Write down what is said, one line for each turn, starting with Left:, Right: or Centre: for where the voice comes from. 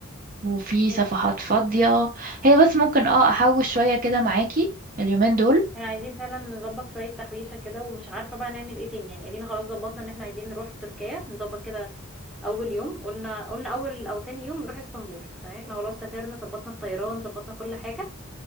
Right: وفي
Centre: ماشي
Right: صفحات فاضية هي بس ممكن اه احوش شوية كده معاكي اليومين دول
Centre: احنا عايزين فعلا نظبط شويه تحويشه كده ومش عارفه بقى نعمل ايه تاني يعني ادينا خلاص ظبطنا ان احنا عايزين نروح تركيا نظبط كده اول يوم قلنا قلنا اول او تاني يوم نروح اسطنبول تمام احنا خلاص سافرنا ظبطنا الطيران ظبطنا كل حاجه